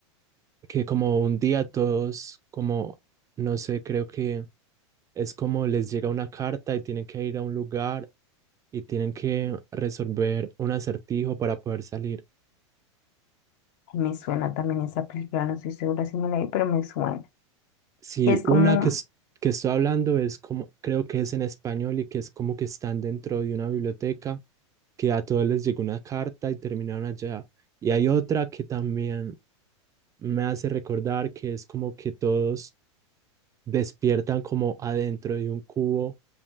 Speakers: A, on the right; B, on the left.
A: que como un día todos, como, no sé, creo que es como les llega una carta y tienen que ir a un lugar y tienen que resolver un acertijo para poder salir.
B: Me suena también esa película, no estoy segura si me la vi, pero me suena.
A: Sí,
B: Que es como
A: una que, es- que estoy hablando es como, creo que es en español y que es como que están dentro de una biblioteca, que a todos les llegó una carta y terminaron allá. Y hay otra que también me hace recordar que es como que todos despiertan como adentro de un cubo